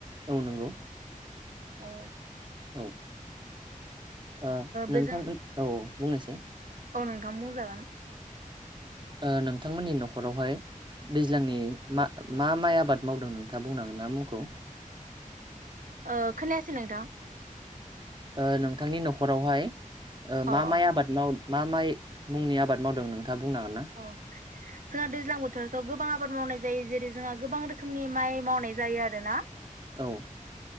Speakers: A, on the right (about 35°); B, on the right (about 70°).
A: औ नंगौ
B: अ
A: औ ओ
B: बेजों
A: नोंथां औ बुंनायसाय
B: औ नोंथां बुंजागोन
A: ओ नोंथांमोननि न'खरावहाय दैज्लांनि मा-मा माइ आबाद मावदों नोंथाङा बुंनांगोनना मुंखौ
B: ओ खोनायासै नोंथां?
A: ओ नोंथांनि न'खरावहाय ओ मा
B: अ
A: माइ
B: अ
A: आबाद
B: अ
A: माव मा माइ मुंनि आबाद मावदों नोंथाङा बुंनो हागोन ना
B: औ जोंहा दैज्लां बोथोरावथ' गोबां आबाद मावनाय जायो जेरै जोंहा गोबां रो खोमनि माइ मावनाय जायो आरोना
A: औ।